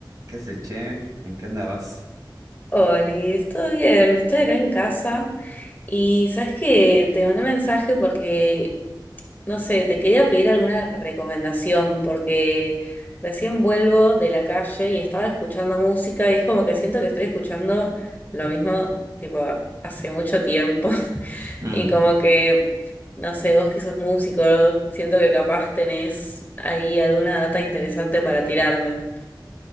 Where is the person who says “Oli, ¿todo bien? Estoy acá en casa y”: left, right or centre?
Left